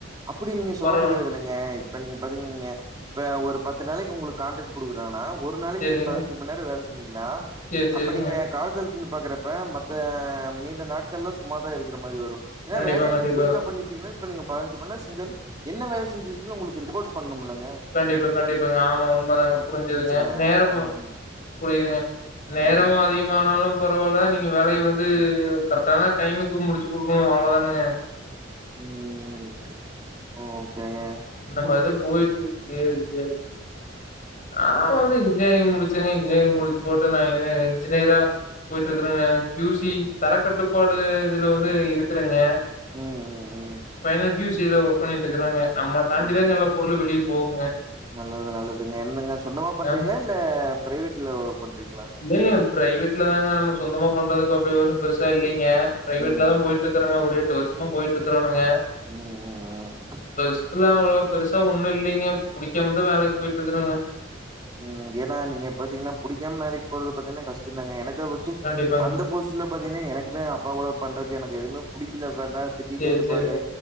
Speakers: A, on the right; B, on the left.
A: அப்படி நீங்க சொல்ல
B: பரவால்ல
A: முடியாதுல்ல ங்க இப்ப நீங்க பாத்தீங்கீங்க இப்ப ஒரு பத்து நாளைக்கு உங்களுக்கு காண்ட்ராக்ட் குடுக்குறனா ஒரு நாளைக்கு
B: சேரிங்க
A: நீங்க பதினஞ்சு மணி நேரோ வேல செஞ்சீங்கன்னா
B: சேரி சேரிங்க
A: அப்ப நீங்க கால்குலேட் பண்ணி பாக்குறப்ப மத்த மீத இந்த நாட்கள்ல சும்மாதா இருக்கிற மாரி வரு ஏன்ன
B: கண்டிப்பா
A: வேலைய
B: கண்டிப்பாங்க
A: நீங்க குயிக்கா பண்ணிட்டீங்கன்னா இப்ப நீங்க பதினை பண்ண செஞ்சாலுஎன்ன வேல செஞ்சிருக்கனு உங்களுக்கு ரிப்போர்ட் பண்ணனு இல்லங்க
B: கண்டிப்பா கண்டிப்பாங்க ஆமா உண்மைதாங்க புரிஞ்சதுங்க
A: புரிச்சுங்க
B: நேரம
A: ம்
B: புரியுதுங்க நேரமு
A: ம்
B: அதிகமானாலு பரவால்ல நீங்க வேலய வந்து கரெக்டான டைமுக்கு முடிச்சு கொடுக்கணு அவ்வளோதானங்க
A: உம் ஓக்கேங்க
B: இந்த மாதிரி தா போயிட்டு இருக்கு சேரி சேரி நா அப்போ வந்து இன்ஜினியரிங் முடிச்சங்க இன்ஜினியரிங் முடிச்சு போட்டு நா இன்ஜினியரா போயிட்டு இருக்குறங்க கியூசி தர கட்டுப்பாடு இதுல வந்து இருக்குறங்க
A: ம் ம் ம்
B: பைனல் கி யூ சி ல ஒர்க் பண்ணிட்டு இருக்குறங்க நம்மள தாண்டிதாங்க
A: ம்
B: எல்லா பொருளு வெளியில போகுங்க
A: நல்லது நல்லதுங்க என்னங்க சொந்தமா பண்றீங்களா
B: அ.
A: இல்ல பிரைவேட்ல ஒர்க் பண்றீங்களா
B: இல்ல இல்லங்க பிரைவேட்ல தாங்க நம்ம சொந்தமா பண்றதுக்கு அப்படி ஒன்னு பெருசா இல்லைங்க பிரைவேட்ல
A: ம்
B: தா
A: ம்
B: போயிட்டு இருக்கறாங்க ஒரு எட்டு வருஷமா போயிட்டு இருக்கறானுங்க
A: ம் ம்
B: இதுல அவ்வளோ பெருசா ஒண்ணு இல்லைங்க புடிக்காமதா வேலைக்கு போயிட்டு இருக்குறங்க
A: உம் ஏன்னா நீங்க பாத்தீங்கன்னா பிடிக்காம வே லக்கு போறது பாத்தீங்கன்னா கஷ்டோ தாங்க எனக்கு ஃபர்ஸ்ட்டு
B: கண்டிப்பாங்க
A: அந்த போஸ்ட் ஆக்சுவலா பாத்தீங்கன்னா எனக்குமே அப்பாட பண்றதுக்கு எதுமே பிடிக்கல வேண்ட திட்டிட்டே
B: சரி
A: இருப்பாரு
B: சரிங்க